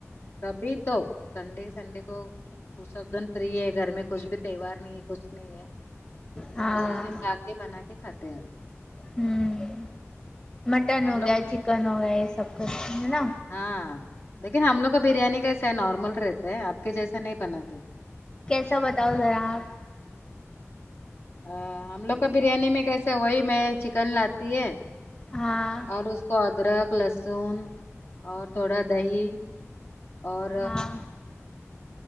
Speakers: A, on the left (about 55°); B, on the left (about 20°).
A: کبھی تو سنڈے سنڈے کو وہ سب دن فری ہے گھر میں کچھ بھی تہوار نہیں ہے کچھ نہیں ہے
B: ہاں
A: تو اس دن ڈا کے بنا کے کھاتے ہیں
B: ہوں مٹن
A: ہم
B: ہو
A: لوگ
B: گیا چکن ہو گیا یہ سب کرتے ہے نا
A: ہاں لیکن ہم لوگ کو بریانی کییسے ہے نارمل رہتے ہے آپ کے جیسے نہیں بناتی
B: کیسا بتاؤ ذرا آپ
A: ا ہم لوگ کا بریانی میں کیسے وہی میں چکن لاتی ہے
B: ہاں
A: اور اس کو ادرک لہسن اور تھوڑا دہی اور
B: ہاں